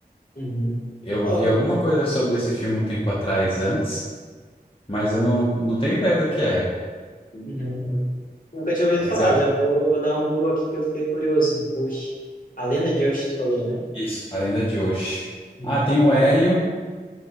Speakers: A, on the left (about 55°); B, on the left (about 35°).
A: uhum.
B: Eu
A: Oh,
B: vi alguma coisa sobre esse filme um tempo atrás, antes, mas eu não, não tenho ideia do que é.
A: Uhum. Nunca tinha ouvido
B: Mas
A: falar,
B: é
A: já vou, vou dar um Google aqui que eu fiquei curioso. Oxe, a lenda de Oxe, tu falou, né?
B: isso, A Lenda de Oshi.
A: Uhum,
B: Ah, tem o
A: legal.
B: Hélio.